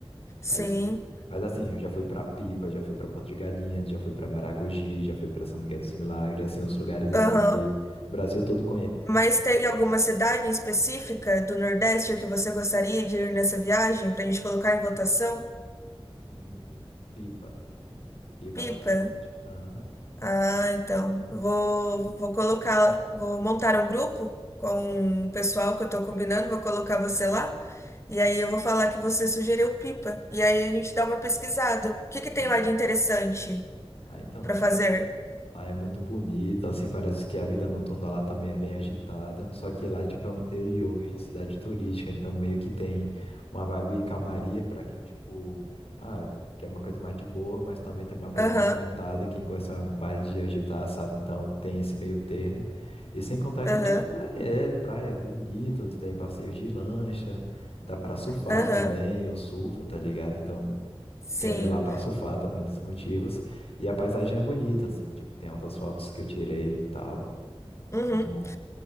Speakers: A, on the left (about 30°); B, on the left (about 75°).
A: sim,
B: Mas, mas assim, eu já fui pra Pipa, já fui pra Porto de Galinhas, já fui pra Maragogi, já fui pra São Miguel dos Milagres, assim, os lugares assim
A: aham.
B: que o Brasil todo conhece, assim,
A: Mas tem alguma
B: é um lugar
A: cidade
B: diferente.
A: em específica do Nordeste que você gostaria de ir nessa viagem para a gente colocar em votação?
B: Hum, Pipa. Pipa
A: Pipa?
B: eu acho interessante. Aham,
A: Ah, então. eu Vou, vou colocar, vou montar um grupo com o pessoal que eu tô combinando, vou colocar você lá. E aí eu vou falar que você sugeriu pipa. E aí a gente dá uma pesquisada. O que que tem
B: sim.
A: lá de interessante
B: Ah, então,
A: pra
B: tipo,
A: fazer?
B: Lá é muito bonito, assim, parece que a vida noturna lá também é bem agitada. Só que lá, tipo, é o interior e cidade turística, então meio que tem uma vibe calmaria para quem, tipo, ah, quer uma coisa mais de boa, mas também tem uma vibe
A: Aham,
B: movimentada, quem gosta mais de agitar, sabe? Então tem esse meio termo. E sem contar
A: aham,
B: que, tipo, é, é praia, é bonito, tem passeios de lancha, dá pra surfar
A: aham.
B: também, eu surfo, tá ligado? Então.
A: Sim.
B: Quero ir lá pra surfar também é dos motivos. E a paisagem é bonita, assim, tipo, tem altas fotos que eu tirei e tal.
A: Uhum.
B: Muito bom.